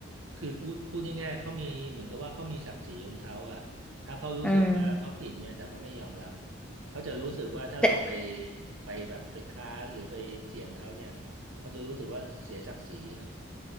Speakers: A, on the right (about 80°); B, in the centre.
A: คือพูดพูดง่ายๆเขามีเหมือนกับว่าเขามีศักดิ์ศรีของเขาอ่ะถ้าเขารู้สึกว่าเขาผิดเนี่ยแต่เขาไม่ยอมรับ
B: อืม
A: เขาจะรู้สึกว่าถ้าเราไป
B: แต่
A: ไปแบบไปค้านหรือไปเถียงเขาเนี่ยเขาจะรู้สึกว่าเสียศักดิ์ศรีนะ